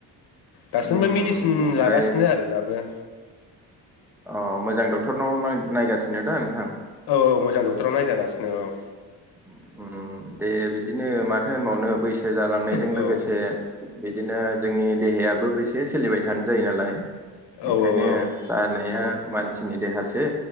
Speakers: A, on the left; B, in the centre.
A: दासिमबो
B: उम
A: मिडिसिन
B: ओमफ्राय
A: लागासिनो आरो दाबो।
B: अ मोजां डक्टरनाव नाय-नायगासिनो दा नोंथां?
A: औ औ मोजां डक्टराव नायजागासिनो औ।
B: ओम ओ दे बिदिनो माथ थो होनबावनो बैस सो जालांनायजों
A: औ
B: लोगोसे बिदि बिदिनो जोंनि देहायाबो बेसे सोलिबाय थानो जायो नालाय।
A: औ
B: बेखायनो
A: औ
B: जानाया मानसिनि देहासो।